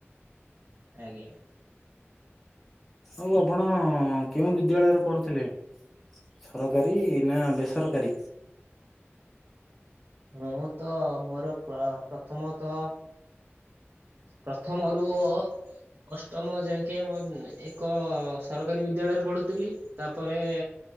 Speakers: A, on the right; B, in the centre.
A: ଆଜ୍ଞା।
B: ଆଉ ଆପଣ କେଉଁ ବିଦ୍ୟାଳୟରେ ପଢୁଥିଲେ। ସରକାରୀ ନା ବେସରକାରୀ?
A: ମୁଁ ତ ମୋର ପ ପ୍ରଥମତଃ ପ୍ରଥମରୁ ଅ ଅଷ୍ଟମ ଯାଙ୍କେ ମୋ ଏକ ସରକାରୀ ବିଦ୍ୟାଳୟରେ ପଢୁଥିଲି। ତାପରେ